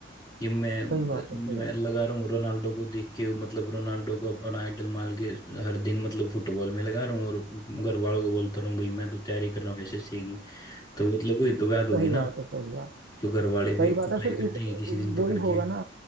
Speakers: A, on the left; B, on the right.
A: कि मैं
B: सही बात है सही
A: मैं
B: बात
A: लगा रहा हूँ रोनाल्डो को देख के मतलब रोनाल्डो को अपना आइडल मान के हर दिन मतलब फुटबॉल में लगा रहा हूँ और घर वालों को बोलता रहा हूँ भाई मैं तो तैयारी कर रहा हूँ एसएससी की तो मतलब वही तो बात होगी
B: सही
A: ना
B: बात है सही बात
A: तो घर वाले भी
B: सही बात
A: कुटाई
B: है फिर
A: कर
B: इस
A: देंगे किसी दिन पकड़
B: वो ही होगा
A: के
B: ना